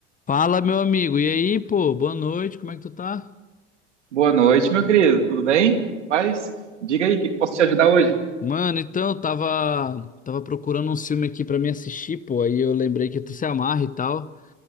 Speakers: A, on the left; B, on the right.
A: Fala, meu amigo. E aí, pô? Boa noite. Como é que tu tá?
B: Boa noite, meu querido. Tudo bem? Paz, diga aí, o que que posso te ajudar hoje?
A: Mano, então, eu tava tava procurando um filme aqui pra me assistir, pô. Aí eu lembrei que tu se amarra e tal.